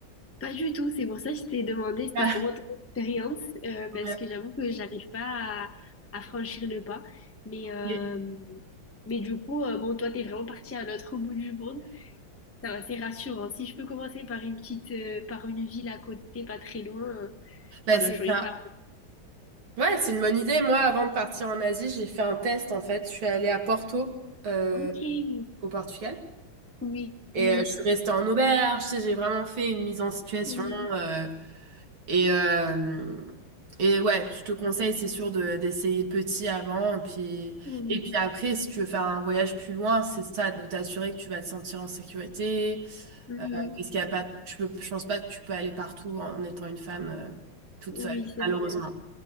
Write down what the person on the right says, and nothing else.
<laughs>
Ah,
ouais,
ok.
Bah,
c'est
ça.
Ouais, c'est une bonne idée. Moi, avant de partir en Asie, j'ai fait un test, en fait. Je suis allée à Porto, euh,
au Portugal.
Et
euh, je suis restée en auberge. Tu sais, J'ai vraiment fait une mise en situation.
euh, Et, euh, et ouais, je te conseille, c'est sûr, de, d'essayer petit avant. Puis,
et puis après, si tu veux faire un voyage plus loin, c'est ça, de t'assurer que tu vas te sentir en sécurité.
Parce qu'il y a pas, tu peux, je pense pas que tu peux aller partout en étant une femme euh, toute
seule,
malheureusement.